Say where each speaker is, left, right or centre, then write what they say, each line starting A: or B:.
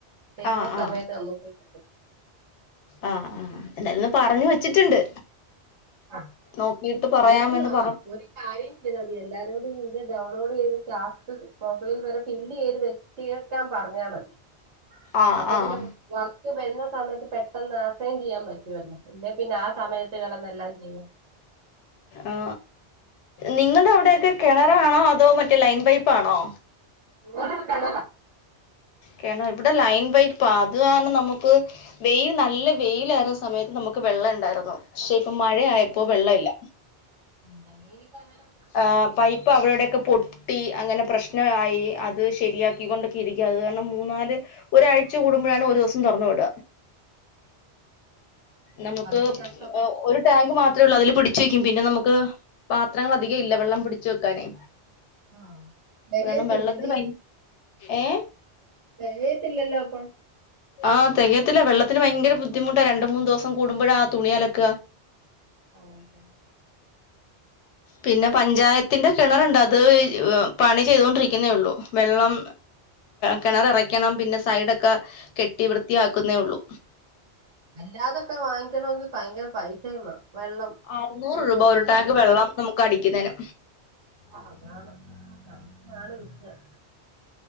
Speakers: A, on the right; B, on the left.
A: വരുന്ന
B: ആഹ് ആഹ്
A: സമയത്ത്! !
B: ആഹ് ആ എന്നാലന്ന് പറഞ്ഞു വെച്ചിട്ടുണ്ട്.
A: ആഹ്
B: നോക്കിട്ട് പറയാമന്ന്
A: എല്ലാരും ആഹ്
B: പറ
A: ഒരു കാര്യം ചെയ് മതി എല്ലാരോടും ഇത് ഡൗൺലോഡ് ചെയ്തിട്ട് ആപ്പ് പ്രൊഫൈൽ വരെ ഫില്ല് ചെയ്ത്. തീർ ക്കാൻ പറഞ്ഞാ മതി.
B: ആഹ്
A: അപ്പൊ
B: ആഹ്
A: പിന്നെ വർക്ക് വരുന്ന സമയത്ത് പെട്ടെന്ന് അസൈൻ ചെയ്യാൻ പറ്റുവല്ലോ? അല്ലെ പിന്നെ ആ സമയത്ത് കിടന്നെല്ലാം ചെയ്യാം.
B: ആ നിങ്ങുടെ അവിടെയൊക്കെ കിണറാണോ അതോ മറ്റേ ലൈൻ പൈപ്പ്. ആണോ?
A: <unintelligible>
B: കേണ ഇവിടെ ലൈൻ പൈപ്പാ അതാണ് നമുക്ക് വെയിൽ നല്ല വെയില.. സമയത്ത് നമുക്ക് വെള്ളം ഉണ്ടായിരുന്നു പക്ഷെ ഇപ്പൊ മഴയപ്പോ വെള്ള ഇല്ല.
A: ല്ല നീനിപ്പ അങ്ങനെ.
B: ആ പൈപ്പ് അ അവടെൊക്കെ പൊട്ടി ട്ടി അങ്ങനെ പ്രശ്നയി അത് ശരിയാക്ക കൊണ്ടക്കെ ഇരിക്കുക അത് കാരണം മൂന്നാല് ഒരാഴ്ച കൂടുമ്പോഴാണ് ഒരു ദിവസം തുറന്നു വിട. നമുക്ക്
A: അതിന് കഷ്ടപ്പാ
B: ഒരു ടാങ്ക് മാത്രേ ഉള്ളൂ അതില് പിടിച്ച് വെക്കും പിന്നെ നമുക്ക് പാത്രങ്ങൾ അധികം ഇല്ല വെള്ളം പിടിച് വെക്കാന്.
A: ആഹ് തികയത്തില്ലല്ലേ
B: ലും വെള്ളത്തിന്യ ഏ.
A: കഴയത്തില്ലല്ലോ അപ്പൊ.
B: ആഹ തികയത്തില്ല വെള്ളത്തിന് ഭയങ്കര ബുദ്ധിമുട്ടാ രണ്ട മൂന്ന് ദിവസം കൂടുമ്പോഴാ ആഹ തുണി അലക്ക
A: ആഹ <unintelligible>
B: പിന്നെ പഞ്ചായത്തിന്റെ
A: അതെന്തോ ചെയ്യും
B: കിണറുണ്ട് അത് പണി ചെയ്തുകൊണ്ടിരിക്കുന്നേ ഉള്ളു വെള്ളം കിണർ ഇറക്കണം പിന്നെ സൈഡൊക്കെ കെട്ടി വൃത്തിയാക്കുന്നേ ഉള്ളൂ
A: അല്ലാതൊക്കെ വാങ്ങിക്കണമെങ്കിൽ ഭയങ്കര പൈസ വെള്ളം
B: അറുന്നൂറ് രൂപ
A: ദിവസം
B: ഒരു ടാങ്ക്
A: തന്നെ
B: വെള്ളം നമുക്ക് അടിക്കുന്നന്
A: അതാണ് അങ്ങാണ് വിഷയം